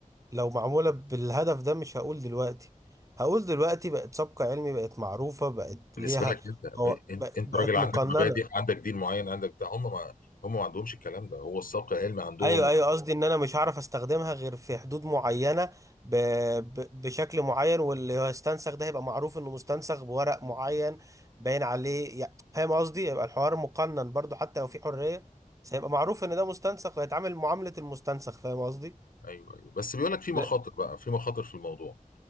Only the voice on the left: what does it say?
بالنسبه
لك انت
ب- انت
انت
راجل عندك
مبادئ عندك دين معين عندك بتاع هم ما هم ما عندهمش الكلام ده هو السبق العلمي عندهم
ايوه ايوه بس بيقول لك في مخاطر
بقى في مخاطر في الموضوع